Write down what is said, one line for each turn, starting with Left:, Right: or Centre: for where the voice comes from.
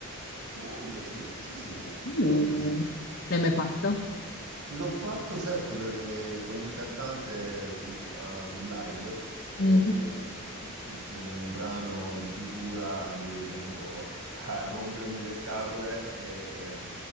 Right: Volendo sì, sì, sì,
Left: Uh,
Right: volendo sì.
Left: l'hai
Right: Eh,
Left: mai fatto?
Right: L'ho fatto certo perché con il cantante su un co- ad un live, eh,
Left: Mm,
Right: <laughs> su un brano di chiusura, lui è venuto a rompermi le scatole e,